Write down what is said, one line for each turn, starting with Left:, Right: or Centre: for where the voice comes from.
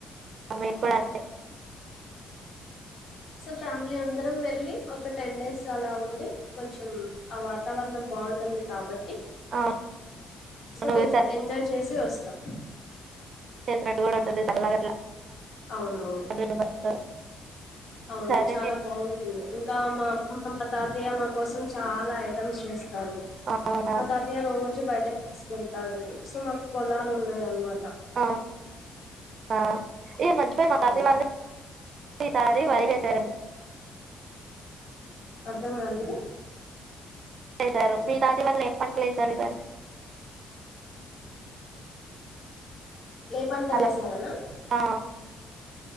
Right: మేము కూడా అంతే.
Left: సో ఫ్యామిలీ అందరం వెళ్ళి ఒక టెన్ డేస్ అలా ఉండి కొంచెం. ఆ వాతవరణం బాగుంటుంది కాబట్. ట్టి
Right: అవును
Left: సో
Right: నువ్వు
Left: కొంచం ఎంజాయ్ చేసి వస్తాం.
Right: చుసినట్టు కూడా ఉంటుంది చల్లాగాలి అట్లా.
Left: అవునవును.
Right: ఫ్యామిలీ మెంబర్స్ తో
Left: అవును
Right: సరే
Left: చాలా
Right: నేను
Left: బాగుంటుంది ఇంకా మా అమ్మమ్మ. మా తాతయ్య మా కోసం చాలా ఐటమ్స్ చేస్తారు
Right: అవునా
Left: మా తాతయ్య రోజు. బయటకు తీసుకెళ్తాడు సో మాకు పోలాలు ఉన్నాయి అన్నమాట.
Right: అవును ఉమ్ ఈ మధ్య మా
Left: అవును
Right: తతాయ్య వాళ్ళు ఈసారి వరి. చేశారు అండి.
Left: అర్ధం కాలేదు.
Right: చేసారు మీ తాతయ్య వాళ్ళ ఎం పని చేస్తుంటారు.
Left: ఏ పంట
Right: హలో
Left: వేశారనా.
Right: ఆ,